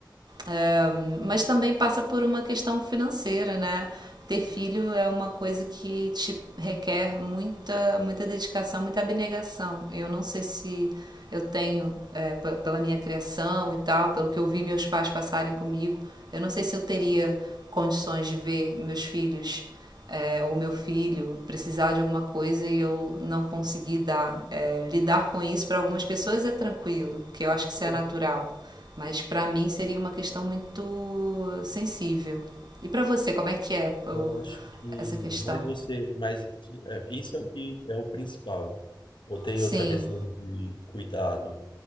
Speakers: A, on the right; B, on the left.
A: um, mas também passa por uma questão financeira, né? Ter filho é uma coisa que te requer muita, muita dedicação, muita abnegação. Eu não sei se eu tenho, é, pela minha criação e tal, pelo que eu vi meus pais passarem comigo, eu não sei se eu teria condições de ver meus filhos é, ou meu filho precisar de alguma coisa e eu não conseguir dar. É, lidar com isso para algumas pessoas é tranquilo, porque eu acho que isso
B: Eu
A: é natural. Mas para mim seria uma questão muito sensível. E para você, como é que é
B: eu acho que.
A: essa questão?
B: Mas você. Mas tudo- é, isso é o que é o principal. Ou tem
A: Sim.
B: outra questão de cuidado?